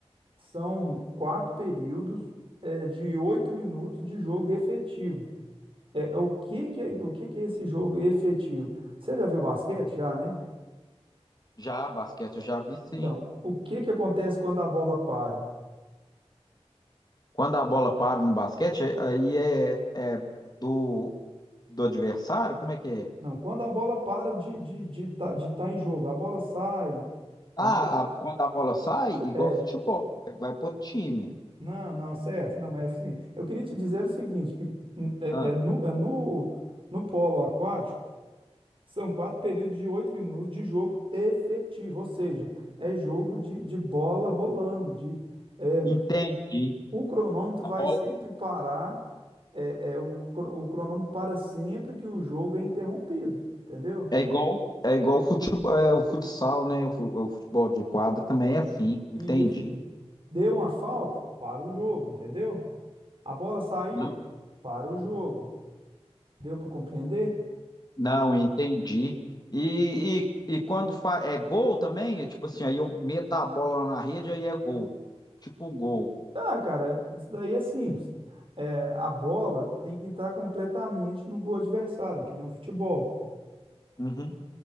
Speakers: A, on the right; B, on the left.
A: são quatro períodos, é, de oito minutos de jogo efetivo. É, o que que é, o que que é esse jogo efetivo? Você já viu basquete? Já, né?
B: já, basquete eu já vi sim.
A: Então, o que que acontece quando a bola para?
B: Quando a bola para no basquete, aí é, é do, do adversário, como é que é?
A: Não, quando a bola para de estar de, de tá, de tá em jogo, a bola sai, entendeu?
B: Ah, a- quando a bola sai, igual
A: É,
B: futebol, vai pro outro time.
A: Não, não, certo. Não, mas assim, eu queria te dizer o seguinte, que hum, é,
B: Ah,
A: é no, é no, no polo aquático, são quatro períodos de oito minutos de jogo efetivo, ou seja, é jogo de, de bola rolando, de, é,
B: entendi.
A: o cronômetro
B: A
A: vai
B: bola
A: sempre parar, é, é, o, cro- o cronômetro para sempre que o jogo é interrompido, entendeu?
B: é igual, é igual futebol, é, o futsal, né? O, fu- o futebol de quadra também é assim,
A: E
B: entendi.
A: Isso. Deu uma falta? Para o jogo, entendeu? A bola saiu?
B: Não,
A: Para o jogo. Deu para compreender?
B: Não, entendi. E, e, e quando fa é gol também, é tipo assim, aí eu meto a bola na rede, aí é gol. Tipo um gol.
A: Ah, cara, isso daí é simples. É, a bola tem que entrar completamente no gol adversário, é que nem o futebol.
B: Uhum.